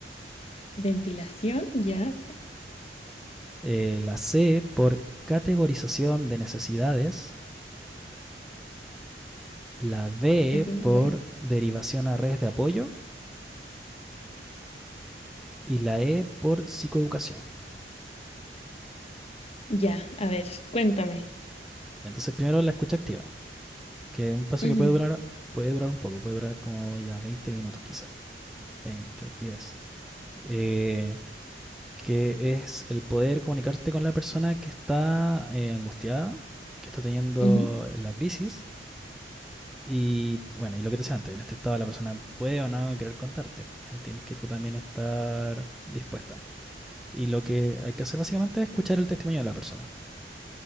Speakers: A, on the left; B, in the centre.
A: Ventilación, ya.
B: eh, la C por categorización de necesidades, la D
A: cate-
B: por
A: Ya.
B: derivación a redes de apoyo y la E por psicoeducación.
A: Ya. A ver, cuéntame.
B: Entonces primero la escucha activa, que es un paso
A: Ujú,
B: que puede durar, puede durar un poco, puede durar como ya 20 minutos quizá, 20, diez, Eh, que es el poder comunicarte con la persona que está eh, angustiada, que está teniendo
A: ujú,
B: la crisis. Y bueno, y lo que te decía antes, en este estado la persona puede o no querer contarte. Ahí tienes que tú también estar dispuesta. Y lo que hay que hacer básicamente es escuchar el testimonio de la persona.